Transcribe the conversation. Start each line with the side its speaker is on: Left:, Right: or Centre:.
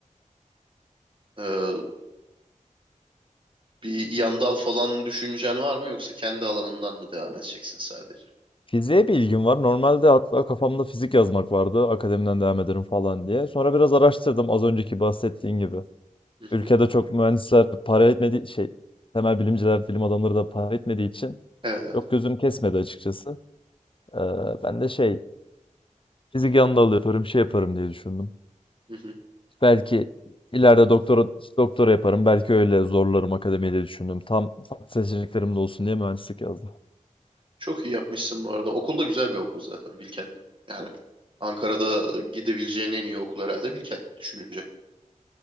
Right: ee, bir yan dal falan düşüncen var mı yoksa kendi alanından mı devam edeceksin sadece?
Left: Fiziğe bir ilgim var. Normalde hatta kafamda fizik yazmak vardı. Akademiden devam ederim falan diye. Sonra biraz araştırdım az önceki bahsettiğin gibi.
Right: Hı hı.
Left: Ülkede çok mühendisler para etmediği şey temel bilimciler, bilim adamları da para etmediği için
Right: Evet evet.
Left: Yok gözüm kesmedi açıkçası. Ee, ben de şey fizik yanında alı yaparım şey yaparım diye düşündüm.
Right: Hı hı.
Left: Belki ileride doktora doktora yaparım. Belki öyle zorlarım akademiyi diye düşündüm. Tam farklı seçeneklerim de olsun diye mühendislik yazdım.
Right: Çok iyi yapmışsın bu arada. Okul da güzel bir okul zaten Bilkent. Yani Ankara'da gidebileceğin en iyi okul herhalde Bilkent düşününce.